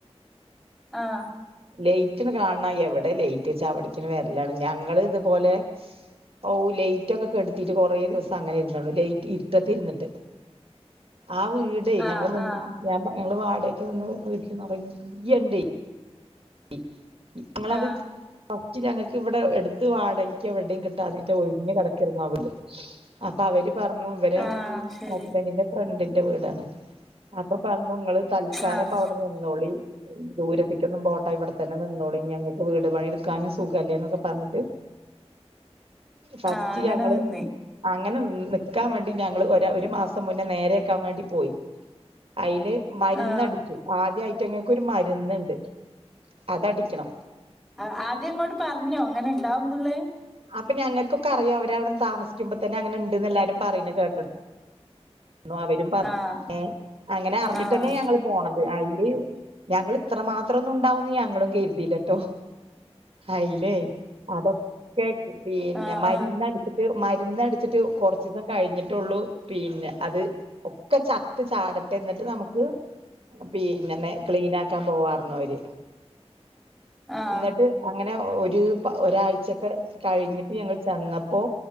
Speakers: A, in the centre; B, on the right.
A: ആഹ്
B: ലൈറ്റ്ങ് കാൺണം എവടെ ലൈറ്റ് ച്ചാ അവിട്ക്കിങ് വരലാണ്. ഞങ്ങള് തുപോലെ ഔ ലൈറ്റൊക്കെ കെട്ത്തീട്ട് കൊറേ ദിവസം അങ്ങനെ ഇരുന്നങ്. ലൈറ്റ് ഇര്ട്ടത്ത് ഇര്ന്ന്ട്ട്. ആ വീടെ
A: ആഹ്
B: ഞങ്ങള് നിന്ന്
A: ആഹ് ആഹ്
B: ഞാ പാ ഞങ്ങള് വാടയ്ക്ക് നിന്ന വീട്ട്‌ല് നറയ്യെണ്ടെ. ഇ ഞങ്ങളത്
A: ആഹ്
B: ഫസ്റ്റ് ഞങ്ങൾക്ക് ഇവിടെ എടുത്ത് വാടകയ്ക്ക് എവിടെയും കിട്ടാന്നിട്ട് ഒഴിഞ്ഞ് കിടക്കേന്നു ആവീട് അപ്പൊ അവര് പറഞ്ഞു ഇവരെ
A: ആഹ് ശരി
B: ഹസ്ബന്റിൻ്റെ ഫ്രണ്ടിന്റെ വീടാണ് അപ്പൊ പറഞ്ഞു നിങ്ങള് തൽക്കാലംഇപ്പൊ
A: ആഹ്
B: അവിടെ നിന്നോളിം ദൂരത്തേക്കൊന്നും പോണ്ട ആഹ് ഇവിടെത്തന്നെ നിന്നോളിം ഞങ്ങക്ക് വീട് പണി ക്കാനും സുഖല്ലേ എന്നൊക്കെ പറഞ്ഞിട്ട് ഫസ്റ്റ്
A: ആഹ് അങ്ങനെ
B: ഞങ്ങള്
A: നിന്ന്
B: അങ്ങനെ നിക്കാൻ വേണ്ടി ഞങ്ങള് ഒരു മാസം മുന്നേ നേരെയാക്കാൻ വേണ്ടി പോയി അതില് മര്ന്ന്
A: ആഹ്
B: അടിച്ചു ആദ്യം അയിറ്റങ്ങക്ക് ഒരു മരുന്ന്ണ്ട് അത് അടിക്കണം
A: ആഹ് ആദ്യം ഇങ്ങളോട് പറഞ്ഞോ ഇങ്ങനെ ഉണ്ടാവുന്നുള്ളേ
B: അപ്പൊ ഞങ്ങക്കൊക്കെ അറിയാം അവര്അവടെ താമസിക്കുമ്പോ തന്നെ അങ്ങനെ ഉണ്ട്ന്ന് എല്ലാരും പറയണ് കേട്ടുണ് അവരും പറ
A: ആഹ്
B: ഏഹ് അങ്ങനെ അറിഞ്ഞിട്ടന്നെ
A: ആഹ്
B: ഞങ്ങള് പോണത് അയില് ഞങ്ങള് ഇത്ര മാത്രം ഒന്നും ഉണ്ടാവുന്ന് ഞങ്ങളും കരുതില്ലട്ടോ അയില് അതൊക്കെ പിന്നെ
A: ആഹ്
B: മര്ന്ന്
A: ആഹ്
B: മര്ന്ന് അടിച്ചിട്ട് കൊറച്ച് ദിവസം കഴിഞ്ഞിട്ടുള്ളു പിന്നെ അത് ഒക്കെ ചത്ത് ചാടട്ടെ എന്നിട്ട് നമുക്ക് പിന്നെ ക്ലീൻ ആക്കാൻ പോവാറന്നു അവര്
A: ആഹ്
B: എന്നിട്ട് അങ്ങനെ ഒരു ഒരാഴ്ചൊക്കെ കഴിഞ്ഞിട്ട് ഞങ്ങൾ ചെന്നപ്പോ